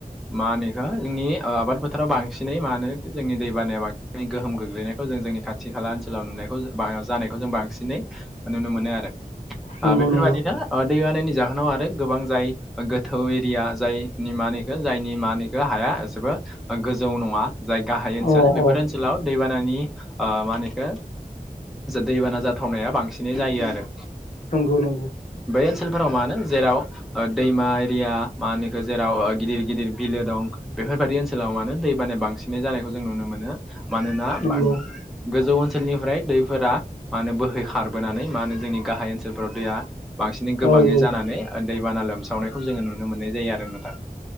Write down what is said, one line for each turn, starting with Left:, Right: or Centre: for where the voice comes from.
Centre: मा होनोखौ जोंनि आबाद फोथाराव बांसिनै मा होनो जोंनि दैबानाया बांसिनै गोहोम गोग्लैनायखौ जों जोंनि खाथि खाला ओनसोलाव नुनायखौ जानायखौ जों बांसिनै नुनो मोनो आरो।
Left: नंगौ
Centre: बेफोर
Left: नंगौ
Centre: बायदिनो <inaudible> जाहोनाव आरो गोबां जाय गोथौ एरिया जाय निमानिखौ जायनिमानिखौ हाया। एसेबो गोजौ नङा जाय गाहाइ ओनसोल
Left: अ
Centre: बेफोर
Left: अ
Centre: ओनसोलाव दैबानानि मानिखो दैबाना जा फोथावनाया बांसिनै जायो आरो।
Left: नंगौ नंगौ
Centre: बे ओनसोलफोराव मा नो जेराव दैमा एरिया मा होनोखौो जेराव गिदिर गिदिर बिलो दं। बेफोरबायाददि ओनसोलाव मानो दै बानाया बांसिनै जानायखौ जों नुनो मोनो मानोना
Left: नंगौ
Centre: गोजौ ओनसोलनिफ्राय दैफोरा मा होनो बोहै खारबोनानै मा होनो जोंनि गाहाय ओनसोलफोराव दैया। बांसिनै गोबाङै
Left: औ औ
Centre: जानानै दैबाना लोमसावनायखौ जोङो नुनो मोननाय जायो आरो नोंथां।